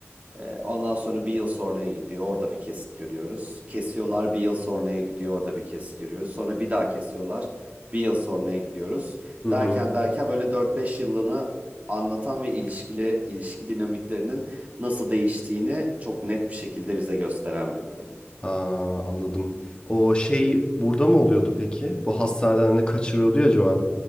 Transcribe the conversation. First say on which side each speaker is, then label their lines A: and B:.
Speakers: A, on the right; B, on the left.
A: Ee, Ondan sonra bir yıl sonraya gidiyor. Orada bir kesit görüyoruz. Kesiyorlar bir yıl sonraya gidiyor. Orada bir kesit görüyoruz. Sonra bir daha kesiyorlar. Bir yıl sonraya gidiyoruz.
B: Hı hı.
A: Derken derken böyle dört beş yıllığını anlatan ve ilişkili, ilişki dinamiklerinin nasıl değiştiğini çok net bir şekilde bize gösteren bir bölümdü.
B: Ha, anladım. O şey burada mı oluyordu peki? Bu hastaneden hani kaçırıyordu ya Joel